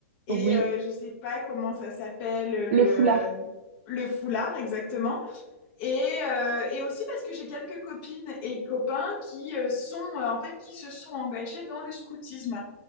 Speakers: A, on the left; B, on the right.
A: et
B: Oui.
A: euh, je sais pas comment ça s'appelle le
B: Le foulard.
A: euh, le foulard exactement. Et, euh, et aussi parce que j'ai quelques copines et copains qui euh, sont euh, en fait qui se sont engagés dans le scoutisme.